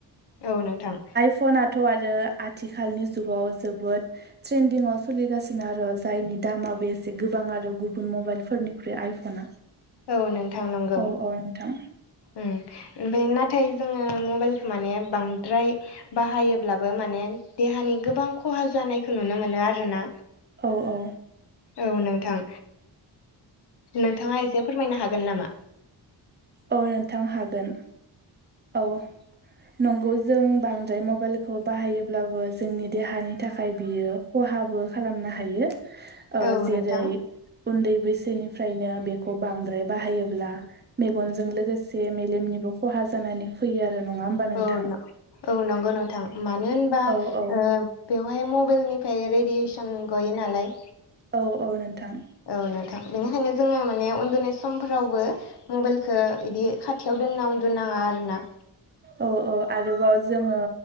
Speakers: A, on the left (about 65°); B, on the right (about 25°).
A: औ नोंथां।
B: फनाथ' आरो आथिखालनि जुगाव जोबोद ट्रेन्दिंआव सोलिगासिनो आरो जायनि दामाबो एसे गोबां आरो गुबुन मबाइलफोरनिख्रुइ आइफना
A: औ नोंथां नंगौ।
B: औ औ नोंथां
A: ओमफ्राय नाथाय जोङो मबाइलखौ माने बांद्राय बाहायोब्लाबो माने देहानि गोबां खहा जानायखौ नुनो मोनो आरोना।
B: औ औ
A: औ नोंथां। नोंथाङा एसे फोरमायनो हागोन नामा?
B: औ नोंथां हागोन औ। नंगौ जों बांद्राय मबाइल खौ बाहायोब्लाबो जोंनि देहानि थाखाय बियो खहाबो खालामनो हायो।
A: औ
B: जेरै
A: नोंथां
B: उन्दै बैसोनिफ्रायनो बेखौ बांद्राय बाहायोब्ला मेगनजों लोगोसे मेलेमनिबो खहा जानानै फैयो आरो नङा होमबा नोंथां।
A: औ न- औ नंगौ नोंथां मानो होनबा
B: औ औ
A: बेवहाय मबाइलनिफ्राय रेडियेसन गयो नालाय
B: औ औ नोंथां।
A: औ नोंथां बेनिखायनो जोङो माने उन्दुनाय समफोरावबो मबाइलखौ इदि खाथियाव दोनना उन्दुनाङा आरोना।
B: औ औ आरोबाव जोङो।